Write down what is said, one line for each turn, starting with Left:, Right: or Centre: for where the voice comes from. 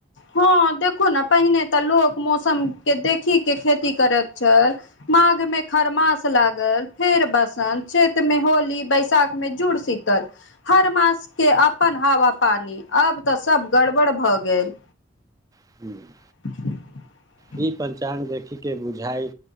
Left: हँ देखू ने पहिने तऽ लोक मौसम के देखी के खेती करैत छल माघ मे खरमास लागल फेर ब वसंत चैत्र में होली बैसाख मे जूड़सीतल हर मास के अपन हवा पानी अब तऽ सब गड़बड़ भऽ गेल
Right: <unintelligible>
Left: <inaudible>
Right: ई पंचांग देखिके बुझाइ